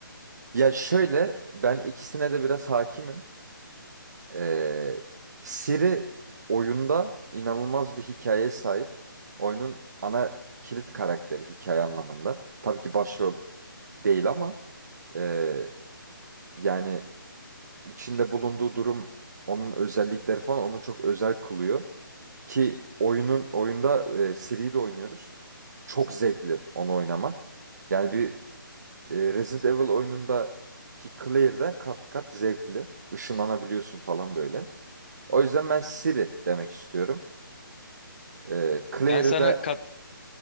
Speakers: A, on the right; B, on the left.
A: Ya şöyle ben ikisine de biraz hakimim. Ee, Siri oyunda inanılmaz bir hikayeye sahip. Oyunun ana kilit karakteri hikaye anlamında. Tabii ki başrol değil ama e, yani içinde bulunduğu durum, onun özellikleri falan onu çok özel kılıyor. Ki oyunun oyunda e, Siri'yi de oynuyoruz. Çok zevkli onu oynamak. Yani bir e, Resident Evil oyunundaki Claire'den kat kat zevkli. Işınlanabiliyorsun falan böyle. O yüzden ben Siri demek istiyorum. Ee, Claire'ı
B: Ben sana
A: da
B: kat...